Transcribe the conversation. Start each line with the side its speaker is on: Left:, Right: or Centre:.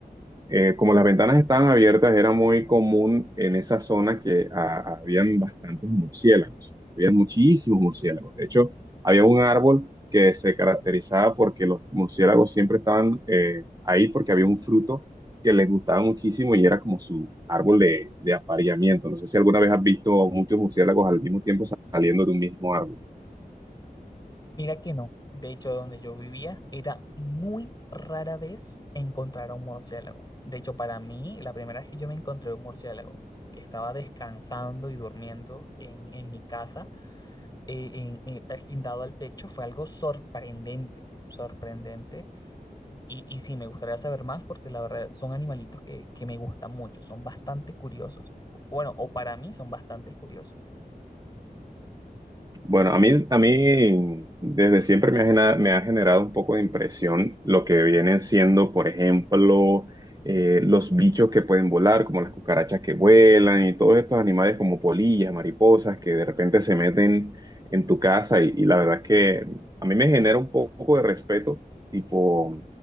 Right: eh, como las ventanas estaban abiertas, era muy común en esa zona que ah, habían bastantes murciélagos, había muchísimos murciélagos. De hecho, había un árbol que se caracterizaba porque los murciélagos siempre estaban eh, ahí porque había un fruto que les gustaba muchísimo y era como su árbol de, de apareamiento. No sé si alguna vez has visto muchos murciélagos al mismo tiempo saliendo de un mismo árbol.
Left: Mira que no. De hecho, donde yo vivía era muy rara vez encontrar a un murciélago. De hecho, para mí, la primera vez que yo me encontré un murciélago que estaba descansando y durmiendo en, en mi casa eh, en- en- guindado al techo fue algo sorprendente, sorprendente. Y, y sí, me gustaría saber más porque la verdad son animalitos que, que me gustan mucho, son bastante curiosos. Bueno, o para mí son bastante curiosos.
Right: Bueno, a mí, a mí desde siempre me ha, genera- me ha generado un poco de impresión lo que vienen siendo, por ejemplo, eh, los bichos que pueden volar, como las cucarachas que vuelan y todos estos animales como polillas, mariposas, que de repente se meten en tu casa y, y la verdad es que a mí me genera un poco de respeto, tipo,